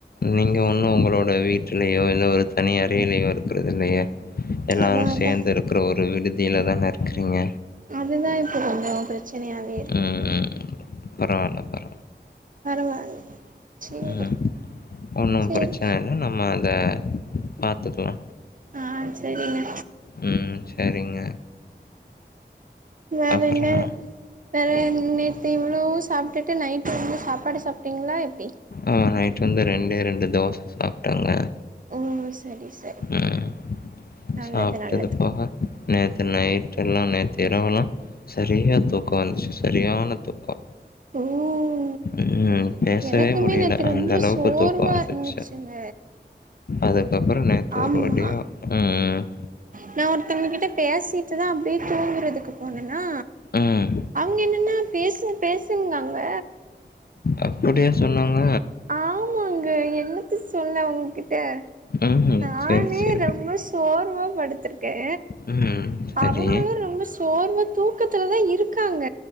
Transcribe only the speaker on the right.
ஆமா
அதா அதா
அதுதா இப்ப கொஞ்சோ ப்ரச்சனையாவே
பரவால்ல சேரி
சேரி
ஆ செரிங்க
வேற
என்ன வேற நேத்து இவ்ளோவு சாப்ட்டுட்டு நைட்டு வந்து சாப்பாடு சாப்ட்டீங்களா எப்டி
ஓ சரி சரி
நல்லது
நல்லது
ஓ
எனக்குமே
நேத்து
ரொம்ப
சோர்வா
இருந்துச்சுங்க
ஆமா
நா ஒருத்தவங்க கிட்ட பேசிட்டுதா அப்டியே தூங்குறதுக்கு போனேன்னா
அவுங்க என்னன்னா பேசு பேசுங்கங்க
ஆமாங்க என்னத்த சொல்ல உங்க கிட்ட
நானே
ரொம்ப சோர்வா படுத்துருக்கே
அவுங்களு ரொம்ப சோர்வ தூக்கத்துல தா இருக்காங்க